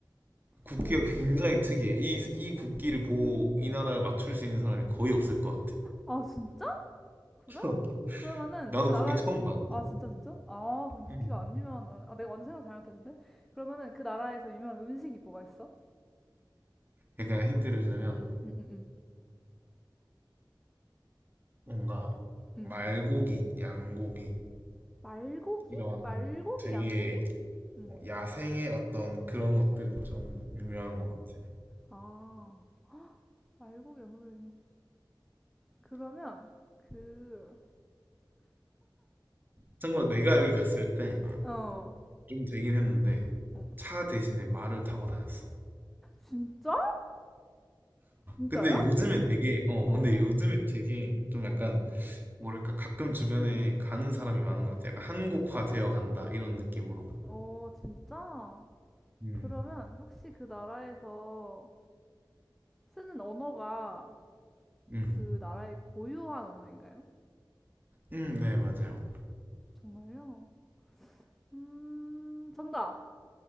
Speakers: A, on the right; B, in the centre.
A: 국기가
B: 그,
A: 굉장히 특이해. 이, 이 국기를 보고 이 나라를 맞출 수 있는 사람이 거의 없을 것 같아.
B: 아, 진짜? 그래?
A: <laughs>
B: 그러면은
A: 나도
B: 그 나라,
A: 국기 처음 봤는데.
B: 아, 진짜, 진짜? 아, 그럼 국기가
A: 음.
B: 안 유명한 나라. 아, 내가 완전 생각 잘못했는데? 그러면은 그 나라에서 유명한 음식이 뭐가 있어?
A: 약간 힌트를 주자면
B: 응, 응, 응,
A: 뭔가
B: 응,
A: 말고기,
B: 응.
A: 양고기
B: 말고기?
A: 이런
B: 말고기,
A: 되게
B: 양고기? 응.
A: 어, 야생의 어떤 그런 것들이 좀 유명한 것 같아.
B: 아, 말고기, 양고기. 유명. 그러면 그,
A: 참고로 내가 여기 갔을 때
B: 어,
A: 좀 되긴 했는데
B: 어.
A: 차 대신에 말을 타고 다녔어.
B: 진짜? 진짜야?
A: 근데 요즘에 되게 어
B: 어.
A: 근데 요즘에 되게 좀
B: 어.
A: 약간 뭐랄까 가끔 주변에 가는 사람이 많은 것 같아. 약간 한국화 되어 간다 이런 느낌으로.
B: 어, 진짜?
A: 음,
B: 그러면 혹시 그 나라에서 쓰는 언어가
A: 음,
B: 그 나라의 고유한 언어인가요?
A: 음, 네 맞아요.
B: 정말요? 음, 정답!